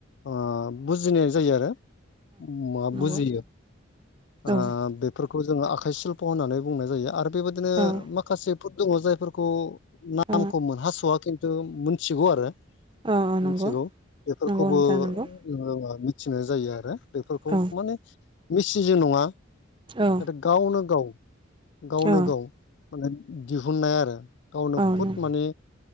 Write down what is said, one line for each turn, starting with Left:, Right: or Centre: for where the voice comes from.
Left: ओ बुजिनाय जायो आरो मा
Right: नंगौ
Left: बुजियो
Right: औ
Left: ओ बेफोरखौ जोङो आखाइशिल्प' होननानै बुंनाय जायो आरो बेबायदिनो
Right: औ
Left: माखासेफोर दङ जायफोरखौ नामखौमोन
Right: औ
Left: हास'आ खिन्थु मोनथिगौ आरो
Right: औ औ नंगौ
Left: मिथिगौ बेफोरखौबोङो
Right: नंगौ नोंथां नंगौ
Left: मिथिनाय जायो आरो । बेफोरखौ
Right: औ
Left: माने मिसिजो नङा नाथाय
Right: औ
Left: गावनो गाव गावनो
Right: औ
Left: गाव माने दिहुननाय आरो गावनो
Right: औ
Left: खुद
Right: नंगौ
Left: माने